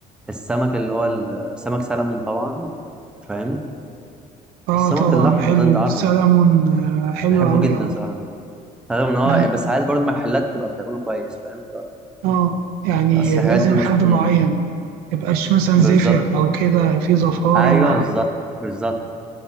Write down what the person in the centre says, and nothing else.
السمك اللي هو السمك سلمون طبعا فاهم
السمك
الاحمر
ده انت عارفه
بحبه
جدا
صراحه رغم ان هو
يعني بس عايز برضو محلات تبقى بتعمله كويس فاهم
اصل
الحاجات دي مش
مم،
بالظبط
ايوه بالظبط بالظبط